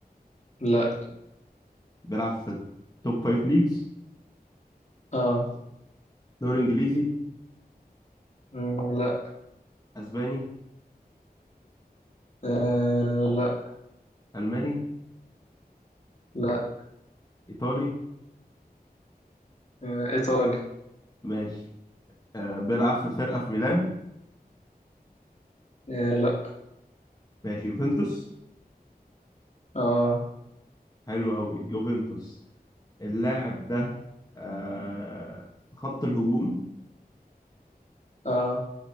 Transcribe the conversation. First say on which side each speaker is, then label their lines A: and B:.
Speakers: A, on the left; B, on the left.
A: لا
B: بيلعب في التوب فايف ليجز
A: اه
B: دوري انجليزي
A: مم، لا
B: اسباني
A: آه. لا
B: الماني
A: لا
B: ايطالي
A: آه. ايطالي
B: ماشي آه بيلعب في فرقه في ميلان
A: آه. لا
B: ماشي يوفنتوس
A: اه
B: حلو قوي يوفنتوس اللاعب ده آه في خط الهجوم
A: اه